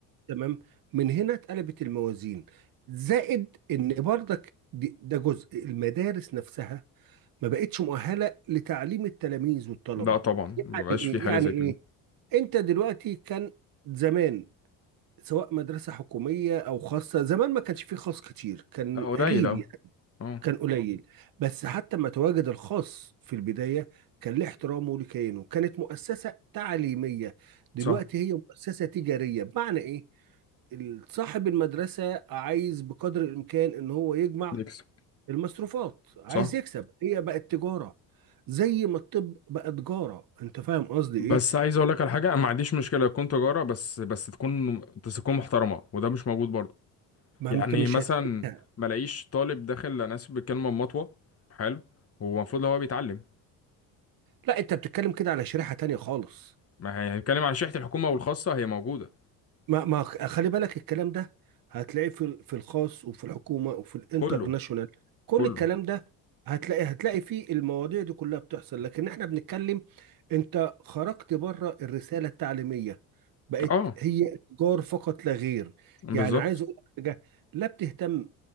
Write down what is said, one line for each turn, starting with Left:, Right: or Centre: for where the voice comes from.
Right: تمام من هنا اتقلبت الموازين زائد ان برضك دي- ده جزء المدارس نفسها ما بقتش مؤهله لتعليم التلاميذ والطلبه
Left: لا طبعا مبقاش
Right: يعني ايه
Left: في حاجة
Right: يعني
Left: زي
Right: ايه
Left: كده
Right: انت دلوقتي كان زمان سواء مدرسة حكومية أو خاصة زمان ما كانش فيه خاص كتير كان
Left: لا قليل
Right: قليل
Left: أوي
Right: يعني
Left: اه
Right: كان قليل بس حتى ما تواجد الخاص في البداية كان له احترامه ولكيانه كانت مؤسسة تعليمية دلوقتي
Left: صح
Right: هي مؤسسة تجارية بمعنى إيه؟ ال- صاحب المدرسة عايز بقدر الإمكان إن هو يجمع
Left: يكسب
Right: المصروفات عايز
Left: صح
Right: يكسب هي بقت تجارة زي ما الطب بقى تجارة أنت فاهم قصدي
Left: بس
Right: إيه؟
Left: عايز اقول لك على حاجه انا ما عنديش مشكله تكون تجاره بس بس تكون بس تكون محترمه وده مش موجود برضه
Right: ما
Left: يعني
Right: أنت مش
Left: مثلا
Right: هتلاقيها
Left: ما الاقيش طالب داخل انا اسف بالكلمه مطوه حلو هو المفروض هو بيتعلم
Right: لا أنت بتتكلم كده على شريحة تانية خالص
Left: ما هي- هنتكلم عن شحت الحكومه والخاصه هي موجوده
Right: ما ما خلي بالك الكلام ده هتلاقيه في ال- في الخاص وفي الحكومه وفي الانترناشونال
Left: كله
Right: كل
Left: كله
Right: الكلام ده هتلاقي هتلاقي فيه المواضيع دي كلها بتحصل لكن احنا بنتكلم انت خرجت بره الرساله التعليميه بقت
Left: اه
Right: هي تجار فقط لا غير
Left: بالظبط
Right: يعني عايز اقول لك حاجه لا بتهتم